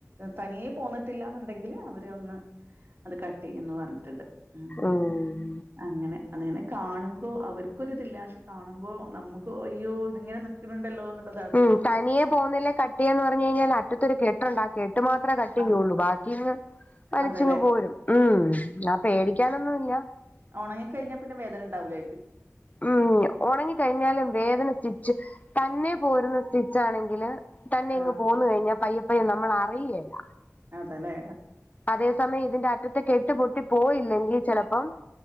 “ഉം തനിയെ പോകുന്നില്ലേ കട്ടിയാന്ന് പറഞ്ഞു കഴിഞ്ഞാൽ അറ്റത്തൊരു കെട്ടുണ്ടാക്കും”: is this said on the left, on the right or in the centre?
Left